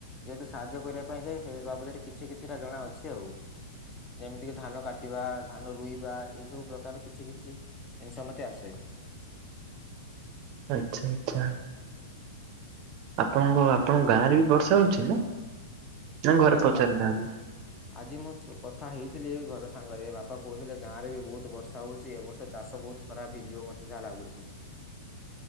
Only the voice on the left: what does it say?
ଯେହେତୁ ସାହାଯ୍ୟ କରିବା ପାଇଁ ଯାଏ, ସେଇ ବାବଦରେ କିଛି-କିଛିଟା ଜଣା ଅଛି ଆଉ। ଯେମିତି କି ଧାନ କାଟିବା, ଧାନ ରୋଇବା ଏଇ ସବୁ ପ୍ରକାର କିଛି-କିଛି ଜିନିଷ ମତେ ଆସେ।
ହଁ!
ଆ
ଆଜି, ମୁଁ କଥା ହେଇଥିଲି ଘର ସାଙ୍ଗରେ। ବାପା କହୁଥିଲେ, ଗାଁରେ ବି ବହୁତ ବର୍ଷା ହଉଛି ଏ ବର୍ଷ ଚାଷ ବହୁତ ଖରାପ ହେଇଯିବ ମତେ ଯାହା ଲାଗୁଛି।